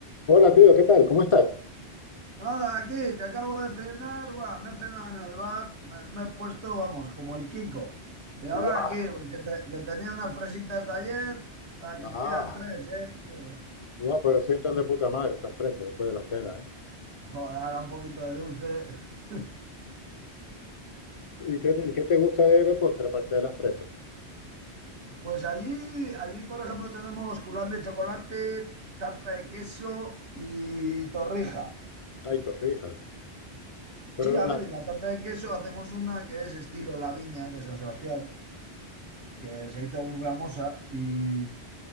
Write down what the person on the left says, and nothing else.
Hola, tío, ¿qué tal? ¿Cómo estás?
¡Guau!
Ah,
guau, pero sientan de puta madre esas fresas después de la cena, ¿eh?
¿Y qué, te y qué te gusta de, de postre aparte de las fresas?
Hay torrijas. Pero
las...